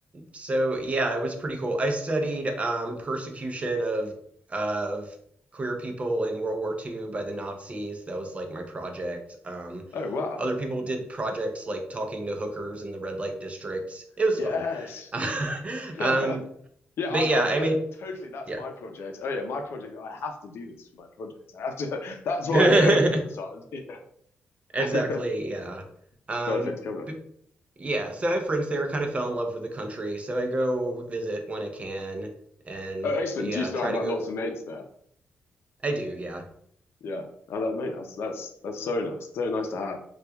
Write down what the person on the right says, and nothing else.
So yeah, it was pretty cool. I studied um, persecution of of queer people in World War II by the Nazis. That was like my project. Um,
other people did projects like talking to hookers in the red light district. It was
fun. <laughs>
Um,
but yeah,
I
made
yeah.
<laughs>
Exactly,
yeah.
Um,
but yeah, so I have friends there, kind of fell in love with the country, so I go visit when I can and
yeah,
try
to
go
I do, yeah.